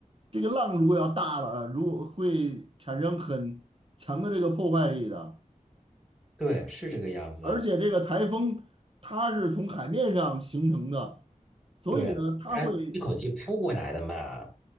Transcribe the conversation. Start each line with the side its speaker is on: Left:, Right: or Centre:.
Right: 这个浪如果要大了，如果会产生很强的这个破坏力的。
Centre: 对，是这个样子，
Right: 而且这个台风它是从海面上形成的，所以呢，
Centre: 对，
Right: 它会，
Centre: 它一口气扑过来的嘛，